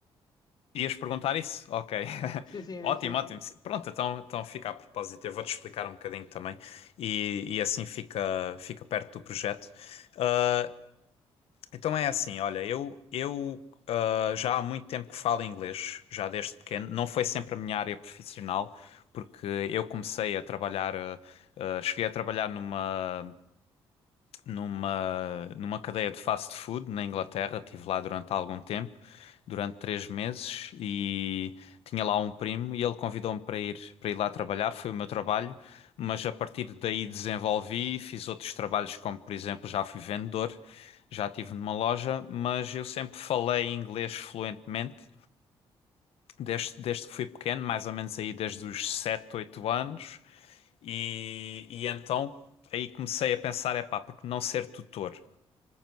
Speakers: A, on the left; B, on the left.
A: ias perguntar isso? Ok. <laughs>
B: Sim, sim, é
A: Ótimo,
B: isso, é isso.
A: ótimo. Pronto, então, então fica a propósito. Eu vou-te explicar um bocadinho também e, e assim fica, fica perto do projeto. Ah, Então é assim, olha, eu, eu ah, já há muito tempo que falo inglês, já desde pequeno. Não foi sempre a minha área profissional, porque eu comecei a trabalhar, ah, ah, cheguei a trabalhar numa numa, numa cadeia de fast food na Inglaterra. Estive lá durante algum tempo, durante três meses, e tinha lá um primo e ele convidou-me para ir, para ir lá trabalhar. Foi o meu trabalho, mas a partir daí desenvolvi, fiz outros trabalhos, como por exemplo já fui vendedor, já estive numa loja, mas eu sempre falei inglês fluentemente. Desde, desde que fui pequeno, mais ou menos aí desde os 7 8 anos, e, e então aí comecei a pensar, é pá, porque não ser tutor?